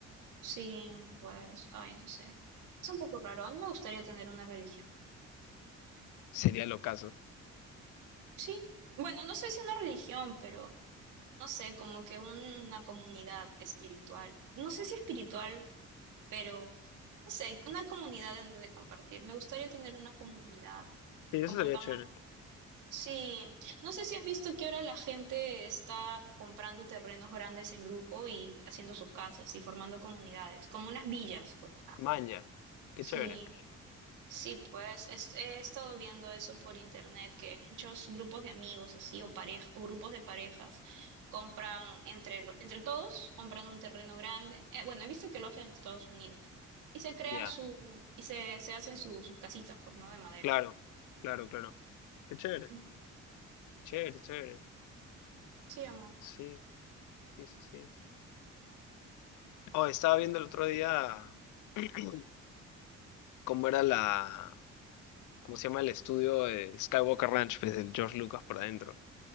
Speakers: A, on the right (about 80°); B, on the left (about 80°).
A: Sí, pues, ay, no sé. Es un poco raro. A mí me gustaría tener una religión.
B: Sería lo caso.
A: Sí. Bueno, no sé si una religión, pero no sé, como que una comunidad espiritual. No sé si espiritual, pero no sé, una comunidad en donde compartir. Me gustaría tener una comunidad.
B: Sí,
A: Compartamos.
B: eso sería chévere.
A: Sí, no sé si has visto que ahora la gente está comprando terrenos grandes en grupo y haciendo sus casas y formando comunidades, como unas villas, pues.
B: Maña. Qué
A: Sí.
B: chévere.
A: Sí, pues es- he estado viendo eso por internet, que muchos grupos de amigos así o pareja, o grupos de parejas compran entre, lo- entre todos, compran un terreno grande. Eh, bueno, he visto que lo hacen en Estados Unidos. Y se crean
B: Ya.
A: su, y se, se hacen su- sus casitas, pues, ¿no? De madera.
B: Claro, claro, claro. Qué chévere.
A: Ujú.
B: Chévere, chévere.
A: Sí, amor.
B: Sí, sí, sí, sí. Oh, estaba viendo el otro día <clears throat> cómo era la, cómo se llama el estudio, el Skywalker Ranch, pues el George Lucas por adentro.